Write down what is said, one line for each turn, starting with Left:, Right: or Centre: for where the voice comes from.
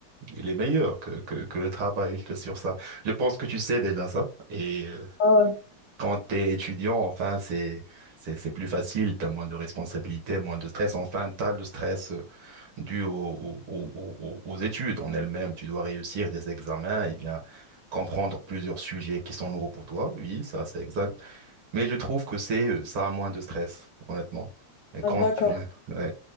Right: elle est meilleure que, que, que le travail, je t'assure ça. Je pense que tu sais déjà ça, et euh,
Left: Ah, ouais.
Right: quand tu es étudiant, enfin, c'est, c'est, c'est plus facile, tu as moins de responsabilités, moins de stress, enfin, tu as le stress euh, dû aux aux aux au- aux études en elles-mêmes. Tu dois réussir des examens et bien comprendre plusieurs sujets qui sont nouveaux pour toi. Oui, ça, c'est exact. Mais je trouve que c'est euh, ça a moins de stress, honnêtement. Et
Left: Ah,
Right: quand
Left: d'accord.
Right: tu... <laughs> Ouais.